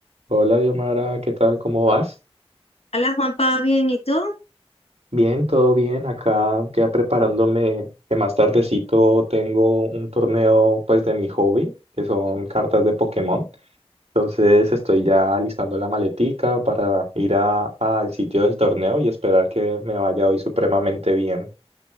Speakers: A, on the right; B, on the left.
A: Hola, Diomara, ¿qué tal? ¿Cómo vas?
B: Hola Juanpa, bien, ¿y tú?
A: Bien, todo bien. Acá ya preparándome que más tardecito tengo un torneo pues de mi hobby, que son cartas de Pokémon. Entonces estoy ya alistando la maletica para ir a- al sitio del torneo y esperar que me vaya hoy supremamente bien.